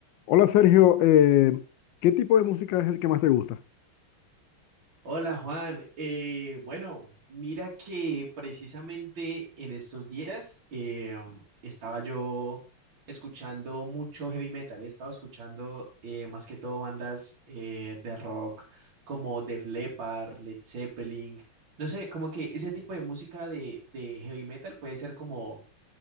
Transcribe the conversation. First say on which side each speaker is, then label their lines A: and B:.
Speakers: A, on the left; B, on the right.
A: Hola Sergio, eh, ¿qué tipo de música es el que más te gusta?
B: Hola Juan, Eh, bueno, mira que precisamente en estos días eh, um, estaba yo escuchando mucho heavy metal, estaba escuchando eh, más que todo bandas eh, de rock como Def Leppard, Led Zeppelin, no sé, como que ese tipo de música de, de heavy metal puede ser como